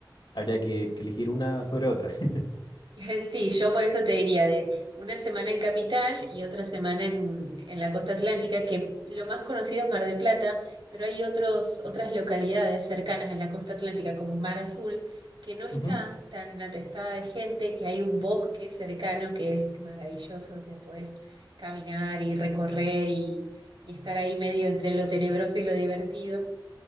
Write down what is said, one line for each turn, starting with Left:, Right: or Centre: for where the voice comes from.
Left: Habría que, que elegir una sobre otra. <laughs>
Right: <laughs> Sí, yo por eso te diría de una semana en Capital y otra semana en, en la costa atlántica, que lo más conocido es Mar del Plata, pero hay otros, otras localidades cercanas en la costa atlántica, como Mar Azul, que no está
Left: Ujú.
Right: tan atestada de gente, que hay un bosque cercano que es maravilloso, o sea, podés caminar y recorrer y, y estar ahí medio entre lo tenebroso y lo divertido.